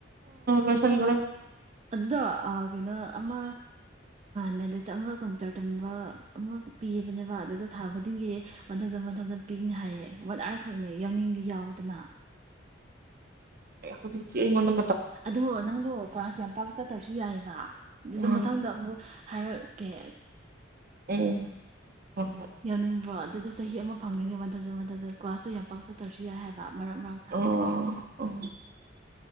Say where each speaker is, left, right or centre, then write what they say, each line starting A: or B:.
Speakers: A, on the right (about 55°); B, on the right (about 35°).
A: ꯑ ꯁꯟꯒꯔ
B: ꯑꯗꯨꯗꯣ ꯀꯩꯅꯣ ꯑꯃ ꯅꯦꯂꯦꯠ ꯑꯃ ꯀꯝꯇꯔ ꯇꯝꯕ ꯑꯃ ꯄꯤꯑꯕꯅꯦꯕ ꯑꯗꯨꯗ ꯊꯥ ꯈꯨꯗꯤꯡꯒꯤ ꯃꯊ ꯆ ꯃꯊ ꯆꯅ ꯄꯤꯛꯅꯤ ꯍꯥꯏꯌꯦ ꯋꯥꯠ ꯑꯥꯔ ꯈꯛꯅꯤ ꯌꯥꯎꯅꯤꯡꯗꯤ ꯌꯥꯎꯗꯅ
A: ꯍꯣꯖꯤ ꯃꯗ
B: ꯑꯗꯣ ꯅꯪꯗꯣ ꯀꯋꯥ ꯌꯥꯝ ꯄ ꯑ ꯊꯔꯁꯤ ꯍꯥꯏꯕ ꯑꯗꯨꯗ
A: ꯎꯝ
B: ꯃꯊꯪꯗ ꯑꯃꯨꯛ ꯍꯥꯏꯔꯛꯀꯦ
A: ꯎꯝ ꯍꯣꯏ ꯍꯣꯏ
B: ꯌꯥꯎꯅꯤꯡꯕ꯭ꯔꯣ ꯑꯗꯨꯗ ꯆꯍꯤ ꯑꯃ ꯐꯪꯗꯣꯏꯅꯦ ꯃꯟꯊꯖꯟ ꯃꯟꯊꯖꯟ ꯀ꯭ꯂꯥꯁꯇꯣ ꯌꯥꯝ ꯄꯥꯛ ꯆꯠꯇ꯭ꯔꯁꯨ ꯌꯥꯏ ꯍꯥꯏꯕ ꯃꯔꯛ ꯃꯔꯛꯇ
A: ꯑꯣ